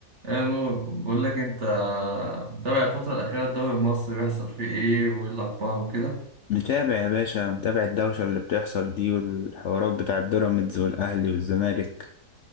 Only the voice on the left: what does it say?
متابع يا باشا متابع الدوشة اللي بتحصل دي والحوارات بتاع بيراميدز والأهلي والزمالك